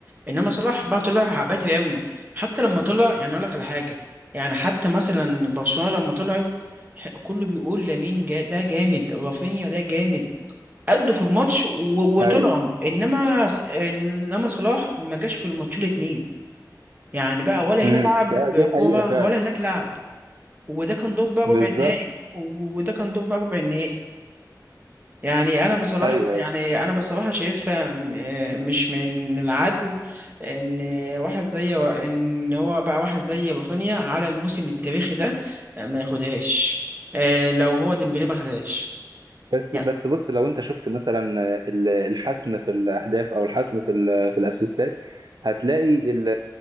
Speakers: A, on the right; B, on the right.
A: انما صلاح بقى طلع بدري قوي حتى لما طلع يعني اقول لك على حاجه يعني حتى مثلا برشلونه لما طلعت ح- كله بيقول لامين جا ده جامد رافينيا ده جامد أدوا في الماتش و- وطلعوا
B: ايوه
A: انما ص- انما صلاح ما جاش في الماتشين الاتنين يعني بقى ولا هنا
B: امم
A: لعب
B: دي
A: كوره
B: حقيقة فعلا
A: ولا هناك لعب وده كان دور بقى
B: بالظبط
A: ربع النهائي و- وده كان دور بقى ربع النهائي يعني انا بصراحه
B: ايوه
A: يعني
B: ايوه
A: انا بصراحه شايفها م- آه، مش من العدل ان واحد زي ان هو بقى واحد زي رافينيا على الموسم التاريخي ده آه، ما ياخدهاش آه، لو هو ديمبلي ما خدهاش
B: بس
A: يعني
B: بس بص لو انت شفت مثلا ال- الحسم في الاهداف او الحسم في ال- في الاسيستات هتلاقي ال-